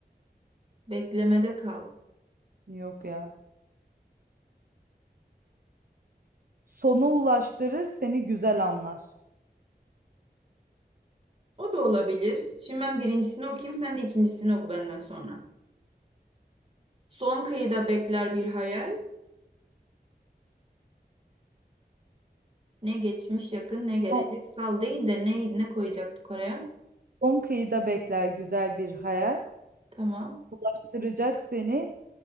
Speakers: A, on the right; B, on the right.
A: Beklemede kal.
B: Yok ya. Sona ulaştırır seni güzel anlar.
A: O da olabilir. Şimdi ben birincisini okuyayım. Sen de ikincisini oku benden sonra. Son kıyıda bekler bir hayal. Ne geçmiş yakın ne gelecek.
B: Son,
A: Sal değil de ne, ne koyacaktık oraya?
B: son kıyıda bekler güzel bir hayal.
A: Tamam.
B: Ulaştıracak seni